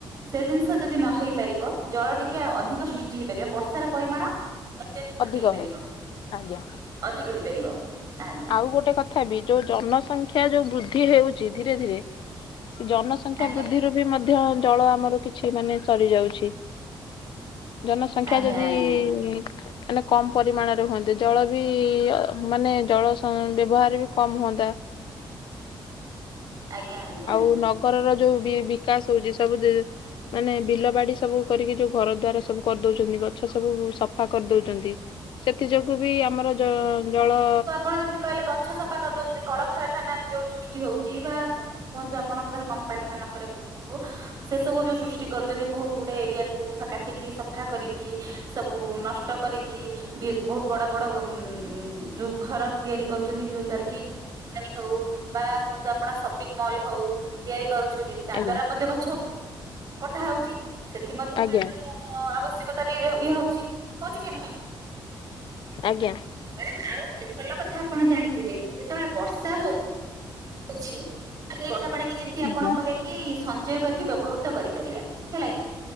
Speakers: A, on the right; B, on the left.
A: ସେ ଜିନିଷ ଯଦି ନ ହେଇ ପାରିବ ଜଳ ଟିକେ ଅଧିକ ସୃଷ୍ଟି ହେଇପାରିବ। ବର୍ଷାର ପରିମାଣ ଅତ୍ୟଧିକ
B: ଅଧିକ
A: ହେଇପାରିବ।
B: ହଉ। ଆଜ୍ଞା
A: ଅଧିକ ହେଇପାରିବ ଆଜ୍ଞା।
B: ଆଉ ଗୋଟେ କଥା ବି ଯୋଉ ଜନସଂଖ୍ୟା ଯୋଉ ବୃଦ୍ଧି ହେଉ ଚି ଧୀରେ ଧୀରେ ସେ ଜନସଂଖ୍ୟା
A: ଆଜ୍ଞା
B: ବୃଦ୍ଧିରୁ ବି ମଧ୍ୟ ଜଳ ଆମର କିଛି ମାନେ ସରିଯାଉଛି। ଜନସଂଖ୍ୟା
A: ଆଜ୍ଞା
B: ଯଦି
A: ଆଜ୍ଞା
B: ଇ ଇ ଇଁ ମାନେ କମ୍ ପରିମାଣରେ ହୁଅନ୍ତେ ଜଳ ବି ଇ ଇ ଅ ମାନେ ଜଳ ସଁ ବ୍ୟବହାର ବି କମ୍ ହୁଅନ୍ତା।
A: ଆଜ୍ଞା ଆଜ୍ଞ
B: ଆଉ ନଗରର ଯୋଉ ବି ବିକାଶ ହଉଚି ସବୁ ଜି ମାନେ ବିଲ ବାଡ଼ି ସବୁ କରିକି ଯୋଉ ଘର ଦ୍ଵାର ସବୁ କରିଦଉଚନ୍ତି ଗଛ ସବୁ ସଫା କରିଦଉଚନ୍ତି ସେଥି ଯୋଗୁ ବି ଆମର ଜ ଜଳ
A: ହଁ ଯେମତି କହିଲେ ଗ ଛ ସଫା କରିଦଉଚନ୍ତି କଳଖାରାଖାନା ବି ଯୋଉଠି ସୃଷ୍ଟି ହଉଚି ବା କୁହନ୍ତୁ ଆପଣଙ୍କ ଧର କମ୍ପାନୀ ମାନଙ୍କରେ କୁହନ୍ତୁ ସେସବୁ ଯୋଉ ସୃଷ୍ଟି କରୁଚନ୍ତି ବହୁତୁ ଗୁଟେ ଏରିଆକୁୁ ସା କାଟିକି ସଫା କରିକି ସବୁ ନଷ୍ଟ କରିକି ବି ବହୁତ ବଡ଼ ବଡ଼ ଉଁ ଉଁ ଯୋଉ ଘର ତିଆରି କରୁଚନ୍ତି ଯୋଉ ଦ୍ଵାର କି କମ୍ପାନୀ ହଉ ବା କୁହନ୍ତୁ ଆପଣ ସପିଙ୍ଗ ମଲ୍ ହଉ ତିଆରି କରୁଛନ୍ତି। ତା
B: ଆଜ୍ଞା
A: ଦ୍ଵାରା ମଧ୍ୟ ଗଛ ଉଁ କଟା ହଉଚି। ସେଥି ମଧ୍ୟ
B: ଆଜ୍ଞା
A: ପାଣିର ଅ ଅ ଅ ଆବଶ୍ୟକତା ବି ଇରେ ଇଏ ହଉଚି ହଉଚି କି ନାହିଁ?
B: ଆଜ୍ଞା।
A: ମାଡାମ୍ ଆଉ ଗୋଟେ ଭଲ କଥା ଆପଣ ଜାଣିଥିବେ ଯେତେବଳେ ବର୍ଷା ହଉ ଉଛି ସେ ବର୍ଷା ପାଣିକି ଯେମତି
B: ଆଜ୍ଞା।
A: ଆପଣ କଲେଟ୍ କି ସଞ୍ଚୟ କରିକି ବ୍ୟବହୃତ କରିପାରିବା ହେଲା କି।